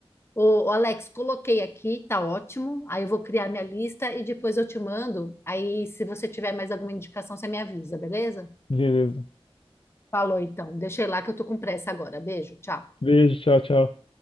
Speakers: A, on the left; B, on the left.
A: O, Alex, coloquei aqui, tá ótimo. Aí eu vou criar minha lista e depois eu te mando. Aí, se você tiver mais alguma indicação, você me avisa, beleza?
B: Beleza.
A: Falou, então. Deixei lá que eu tô com pressa agora. Beijo, tchau.
B: Beijo, tchau, tchau.